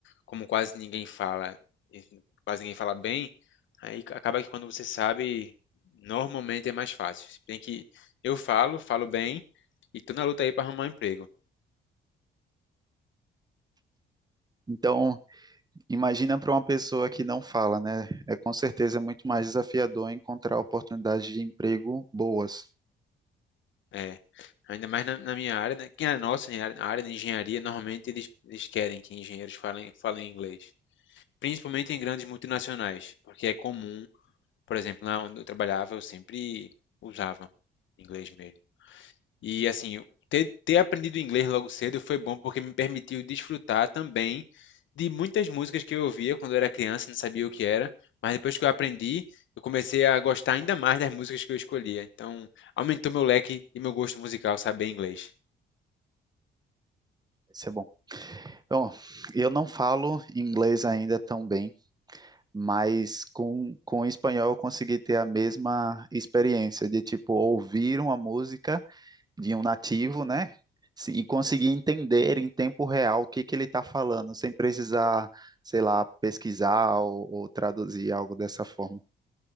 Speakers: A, on the left; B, on the right.
A: como quase ninguém fala, enfim, quase ninguém fala bem, aí acaba que quando você sabe, normalmente é mais fácil. Se bem que eu falo, falo bem, e tô na luta aí para arrumar um emprego.
B: Então, imagina para uma pessoa que não fala, né? É com certeza é muito mais desafiador encontrar oportunidades de emprego boas.
A: É, ainda mais na, na minha área, né? Que é a nossa né, a área de engenharia, normalmente eles, eles querem que engenheiros falem, falem inglês, principalmente em grandes multinacionais, porque é comum, por exemplo, lá onde eu trabalhava, eu sempre usava inglês mesmo. E assim, ter, ter aprendido inglês logo cedo foi bom porque me permitiu desfrutar também de muitas músicas que eu ouvia quando eu era criança, e não sabia o que era, mas depois que eu aprendi, eu comecei a gostar ainda mais das músicas que eu escolhia. Então, aumentou meu leque e meu gosto musical saber inglês.
B: Isso é bom. Então, eu não falo inglês ainda tão bem. mas com, com o espanhol eu consegui ter a mesma experiência de tipo ouvir uma música de um nativo, né? Se- E conseguir entender em tempo real o que que ele está falando, sem precisar, sei lá, pesquisar ou, ou traduzir algo dessa forma.